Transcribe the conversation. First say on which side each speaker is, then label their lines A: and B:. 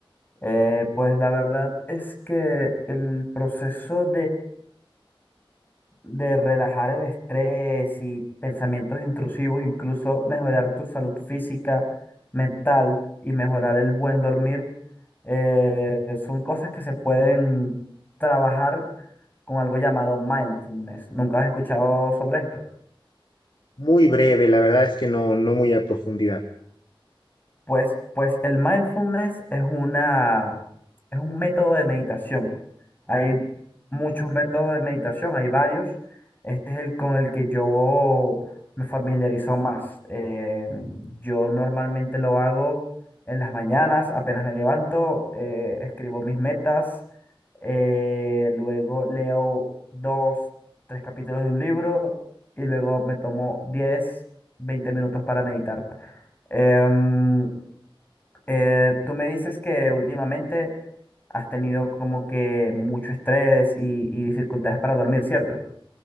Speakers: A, on the left; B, on the left.
A: Eh, pues la verdad es que el proceso de relajar el estrés y pensamientos intrusivos, incluso mejorar tu salud física, mental y mejorar el buen dormir, eh, son cosas que se pueden trabajar con algo llamado mindfulness. ¿Nunca has escuchado sobre esto?
B: Muy breve, la verdad es que no, no muy a profundidad.
A: Pues, pues el mindfulness es una, es un método de meditación. Hay muchos métodos de meditación, hay varios. Este es el con el que yo me familiarizo más. Eh, yo normalmente lo hago en las mañanas, apenas me levanto, eh, escribo mis metas, eh, luego leo dos, tres capítulos de un libro y luego me tomo diez veinte minutos para meditar. Em, eh, tú me dices que últimamente has tenido como que mucho estrés y, y dificultades para dormir, ¿cierto?